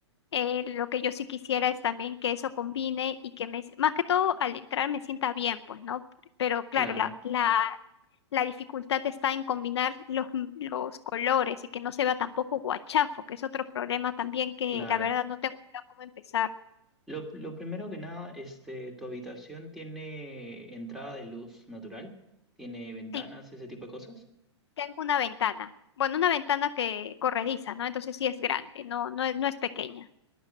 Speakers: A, on the left (about 65°); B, in the centre.
A: eh, lo que yo sí quisiera es también que eso combine y que me, más que todo al entrar me sienta bien, pues, ¿no? pero claro,
B: Claro,
A: la, la, la dificultad está en combinar los, los colores y que no se vea tampoco guachafo, que es otro problema también que
B: claro.
A: la verdad no tengo idea cómo empezar.
B: Lo, lo primero que nada, este, ¿tu habitación tiene entrada de luz natural? ¿Tiene ventanas,
A: Sí,
B: ese tipo de cosas?
A: tengo una ventana. Bueno, una ventana que corrediza, ¿no? Entonces sí es grande, no, no es, no es pequeña.